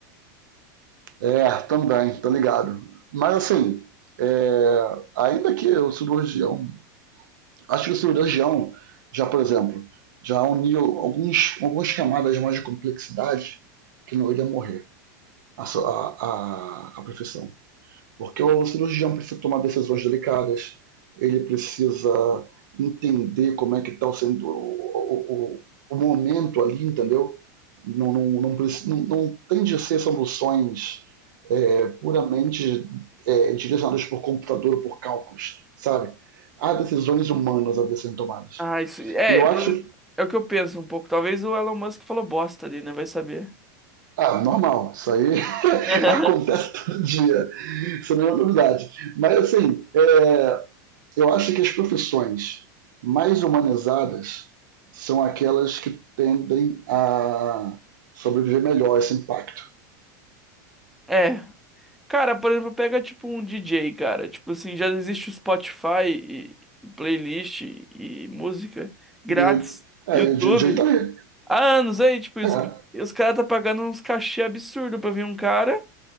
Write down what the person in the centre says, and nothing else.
Ah, isso. É,
pelo
menos é o que eu penso um pouco. Talvez o Elon Musk falou bosta ali, né? Vai saber.
<laughs>
É. Cara, por exemplo, pega tipo um DJ, cara. Tipo assim, já existe o Spotify e, e playlist e música grátis,
YouTube.
Há anos aí, tipo, e os,
e os caras tá pagando uns cachê absurdo pra vir um cara.